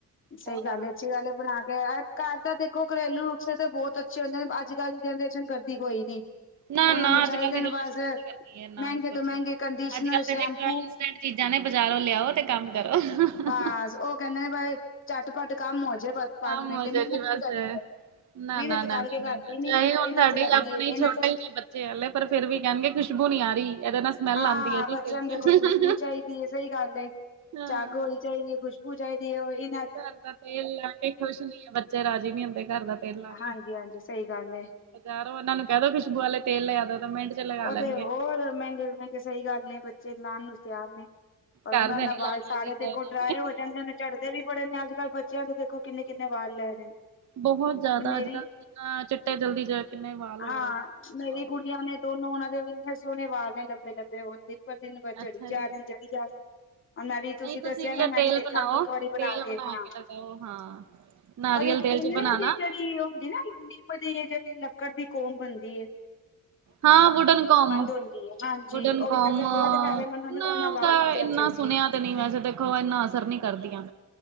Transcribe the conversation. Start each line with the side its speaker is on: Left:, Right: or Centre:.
Left: ਸਹੀ
Right: ਬਹੁਤ
Left: ਗੱਲ
Right: ਆਰਾਮ
Left: ਐ, ਅਛੀ ਗੱਲ ਏ <unintelligible> ਘਰ ਤਾਂ ਦੇਖੋ ਘਰੇਲੂ ਨੁਖਸੇ ਤੇ ਬੋਤ ਅੱਛੇ ਹੁੰਦੇ ਨੇ ਅੱਜ ਕੱਲ੍ਹ ਦੀ ਜਨਰੇਸ਼ਨ ਕਰਦੀ ਕੋਈ ਨੀ।
Right: ਨਾ
Left: ਉਹਨਾਂ
Right: ਨਾ
Left: ਨੂੰ
Right: ਅੱਜ
Left: ਚਾਹੀਦੇ
Right: ਕੱਲ ਦੀ
Left: ਨੇ
Right: ਜਨਰੇਸਨ
Left: ਬਸ
Right: ਕਿਥੇ ਕਰਦੀ ਏ ਏਨਾ
Left: ਮਹਿੰਗੇ
Right: ਕੁਛ।
Left: ਤੋਂ ਮਹਿੰਗੇ ਕੰਡੀਸ਼ਨਰ
Right: ਅੱਜ ਕੱਲ ਤੇ
Left: ਸ਼ੈਂਪੂ
Right: ਜੀ ਤਿੰਨ ਚੀਜ਼ਾਂ ਨੇ ਬਾਜ਼ਾਰੋਂ ਲਿਆਓ ਤੇ ਕੰਮ ਕਰੋ ਹ
Left: ਬਸ
Right: ਹ
Left: ਉਹ ਕਹਿੰਦੇ ਨੇ ਬਈ ਝਟ ਪੱਟ ਕੰਮ ਹੋ ਜੇ ਬਸ
Right: ਕੰਮ
Left: ਪੰਜ ਮਿੰਟ
Right: ਹੋ ਜੇ
Left: ਮਿਹਨਤ
Right: ਜੀ ਬਸ
Left: ਨੀ ਕਰਨੀ ਪਏ।
Right: ਨਾ-ਨਾ-ਨਾ-ਨਾ-ਨਾ-ਨਾ
Left: ਮਿਹਨਤ ਕਰਕੇ ਰਾਜੀ ਨੀ
Right: ਚਾਹੇ
Left: ਜੀ ਹੋਰ
Right: ਹੁਣ
Left: ਇਹਨਾਂ
Right: ਸਾਡੇ
Left: ਚ ਲੱਗਦੀ
Right: ਆਪਣੇ
Left: ਏ ਮਿਹਨਤ
Right: ਛੋਟੇ ਈ ਨੇ ਬੱਚੇ ਹਲੇ ਪਰ ਫੇਰ ਵੀ ਕਹਿਣਗੇ ਖੁਸ਼ਬੂ ਨੀ ਆ ਰਹੀ ਇਹਦੇ ਨਾਲ ਸਮੈਲ
Left: ਹਾਂ
Right: ਆਂਦੀ ਐ ਜੀ
Left: ਬੱਚਿਆਂ
Right: ਸਿਰ ਚ
Left: ਤੇ ਖੁਸ਼ਬੂ ਚਾਹੀਦੀ ਹੈ ਸਹੀ ਗੱਲ ਏ
Right: ਹਾਂ
Left: ਚਾਗੋ ਨੇ ਚਾਹੀਦੀ ਖੁਸ਼ਬੂ ਚਾਹੀਦੀ ਇਹ ਵਾਲੀ <unintelligible>
Right: ਘਰ ਦਾ ਤੇਲ ਲਾ ਕੇ ਖੁਸ਼ ਨੀ ਏ ਬੱਚੇ ਰਾਜ਼ੀ ਨਹੀਂ ਹੁੰਦੇ ਘਰ ਦਾ ਤੇਲ ਲਾ ਕੇ
Left: ਹਾਂਜੀ ਹਾਂਜੀ ਸਹੀ ਗੱਲ ਹੈ
Right: ਬਜਾਰੋ, ਉਹਨਾਂ ਨੂੰ ਕਹਿ ਦੋ ਖੁਸ਼ਬੂ ਆਲੇ ਤੇਲ ਲਿਆਦੋ, ਤ ਮਿੰਟ ਚ ਲਗਾ
Left: ਉਹਦੇ,
Right: ਲੈਣਗੇ।
Left: ਹੋਰ ਮਹਿੰਗੇ-ਮਹਿੰਗੇ ਸਹੀ ਗੱਲ ਨੇ ਬੱਚੇ ਲਾਣ ਨੂੰ ਤਿਆਰ ਨੇ, ਪਰ, ਉਹਨਾਂ
Right: ਘਰ ਦੇ
Left: ਨਾ
Right: ਨੀ
Left: ਵਾਲ
Right: ਲਾਣੀਆਂ
Left: ਸਾਰੇ
Right: ਚੀਜ਼ਾਂ
Left: ਦੇ ਕੋ
Right: ਇਹਨਾਂ
Left: ਡਰਾਏ ਹੋ ਜਾਂਦੇ ਨੇ, ਝੜ ਵੀ ਬੜੇ ਨੇ ਅੱਜ-ਕੱਲ ਬੱਚਿਆਂ ਦੇ ਦੇਖੋ ਕਿੰਨੇ-ਕਿੰਨੇ ਵਾਰ ਲੈ ਰਹੇ ਨੇ।
Right: ਬਹੁਤ ਜਾਦਾ
Left: ਮੇਰੀ
Right: ਅੱਜ-ਕੱਲ ਜਿੰਨਾ ਚਿੱਟੇ ਜਲਦੀ, ਜਾ ਕਿੰਨੇ ਵਾਲ ਹੋ
Left: ਹਾਂ
Right: ਰਹੇ ਨੇ
Left: ਮੇਰੀ
Right: ਹਾ
Left: ਕੁੜੀਆਂ ਨੇ ਦੋਨੋ ਉਹਨਾਂ ਦੇ ਵੀ ਇੰਨੇ ਸੋਹਣੇ ਵਾਲ ਨੇ, ਲੰਬੇ-ਲੰਬੇ ਹੋਣ ਦਿਨ ਪਰ ਦਿਨ ਝੜੀ
Right: ਅੱਛਾ
Left: ਜਾ
Right: ਜੀ
Left: ਰੇ ਚੜੀ ਜਾ ਰੇ ਮੈਂ ਵੀ,
Right: ਨਹੀਂ
Left: ਤੁਸੀਂ ਦੱਸਿਆ ਨਾ,
Right: ਇਹ
Left: ਮੈਂ
Right: ਤੇਲ
Left: ਵੀ ਦੇਖਾਂਗੀ
Right: ਬਣਾਓ
Left: ਇੱਕ
Right: ਤੇਲ
Left: ਵਾਰੀ ਬਨਾ ਕੇ
Right: ਬਣਾ
Left: ਹਾਂ।
Right: ਲਗਾਓ ਹਾਂ ਨਾਰੀਅਲ
Left: ਔਰ ਇਹ
Right: ਤੇਲ
Left: ਕਹਿੰਦੇ
Right: ਚ ਬਣਾਣਾ
Left: ਨਾ, ਉਹਦੀ ਜਿਹੜੀ ਉਹ ਹੁੰਦੀ ਨਾ, ਨਿੰਮ ਦੀ ਜਿਹੜੀ, ਲੱਕੜ ਦੀ ਕੋਮ ਬਣਦੀ ਏ।
Right: ਹਾਂ ਵੁਡਨ ਕਮ,
Left: ਹੁੰਦੀ ਹੈ ਹਾਂਜੀ
Right: ਵੁਡਨ
Left: ਉਹ ਵੀ
Right: ਕੌਮ,
Left: ਕਹਿੰਦੇ ਬਹੁਤ ਫਾਇਦੇਮੰਦ ਹੁੰਦੀ
Right: ਨਾ
Left: ਉਹਦੇ ਨਾਲ
Right: ਉਹਦਾ
Left: ਵਾਲ ਨੀ
Right: ਇੰਨਾ
Left: ਝੜਦੇ
Right: ਸੁਣਿਆ ਨੀ ਵੈਸੇ ਦੇਖੋ, ਇੰਨਾ ਅਸਰ ਨੀ ਕਰਦੀਆਂ।